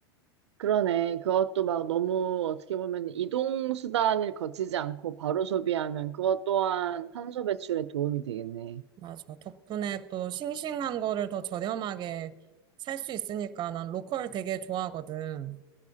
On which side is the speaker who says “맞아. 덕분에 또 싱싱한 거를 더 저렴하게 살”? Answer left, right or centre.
Right